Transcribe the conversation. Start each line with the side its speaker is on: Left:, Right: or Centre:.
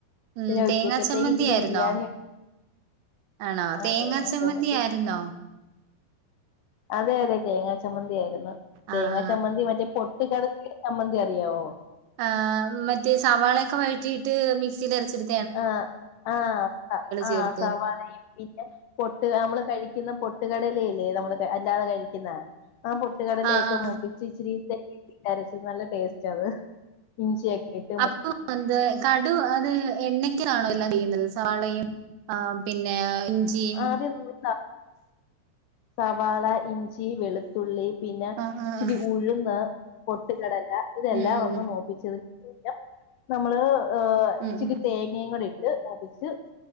Right: ഉം
Left: പിന്നെ
Right: തേങ്ങാ
Left: ഉച്ചക്കത്തേക്ക്
Right: ചമ്മന്തി
Left: ഇച്ചിരി
Right: ആയിരുന്നോ
Left: ബിരിയാണി
Right: ആണോ
Left: ആ
Right: തേങ്ങാ
Left: തേങ്ങ ചമ്മന്തി
Right: ആയിരുന്നോ
Left: അതെ അതെ തേങ്ങാ ചമ്മന്തിയായിരുന്നു
Right: ആ
Left: തേങ്ങാ
Right: ആ
Left: ചമ്മന്തി മറ്റേ പൊട്ടുകടല ചമ്മന്തി അറിയാവോ
Right: ആഹ് മറ്റേ സവാളയൊക്കെ വയറ്റിയിട്ട് മിക്സിൽ അരച്ചെടു
Left: ആഹ് ആഹ് ആഹ്
Right: ചേർത്ത്
Left: സവാളയും പിന്നെ പൊട്ട് അമ്മള് കഴിക്ക്ന്നെ പൊട്ട്കടലയില്ലേ നമ്മള് അല്ലാതെ കഴിക്ക്ന്നെ ആ പൊ പൊട്ട് കടലയൊക്കെ
Right: ആ ആ
Left: മൂപ്പിച്ച് ഇച്ചിരി അരച്ച് നല്ല ടേസ്റ്റത് ഇഞ്ചിയൊക്കിട്ട്
Right: അപ്പൊ എന്ത കടു അത് എണ്ണക്കാണോ എല്ലാം ചെയ്യുന്നത് സവാളയും ആ പിന്നെ ഇഞ്ചിയും
Left: അത് <unintelligible> സവാള, ഇഞ്ചി, വെളു തുള്ളി, പിന്നെ
Right: ആ ആ
Left: ഇച്ചിരി
Right: ആ
Left: ഉഴുന്ന്, പൊട്ടുകടല ഇതെല്ലാം
Right: ഉം ഉം
Left: ഒന്ന് മൂ ച്ചതിനു ശേഷംനമ്മള് ഏഹ്
Right: ഉം
Left: ഇച്ചിരി
Right: ഉം ഉം
Left: തേങ്ങയും കൂടി ഇട്ട് മുപ്പിച്ച്